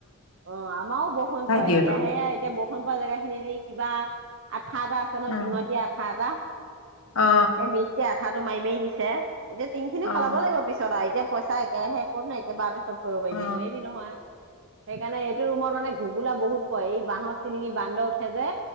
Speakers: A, on the right (about 60°); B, on the left (about 75°).
A: অহ, আমাৰো বৰষুণ
B: ভাইটিহঁতৰ
A: পৰে এতিয়া সেয়া এতিয়া বৰষুণপৰা জেগাত খিনিত ই কিবা আ আঠা এটা আছে ন'
B: উম,
A: টিঙত দিয়া আঠা এটা
B: অ
A: এই মিষ্ট্ৰী আঠা টো মাই মাই দিছে। এতিয়া তিংখিনি
B: অ
A: সলাব লাগিব পিছত আও এতিয়া পইচা একে সে কতনো একে বাৰতে চব কৰিব পাৰিবি?
B: অ অ
A: নোৱাৰিবি নহয়। সেইকাৰণে এইটো ৰুমত মানে ঘুগোলা বহুত পৰে। এই বাঁহৰ চিলিঙি বান্দৰ উঠে যে।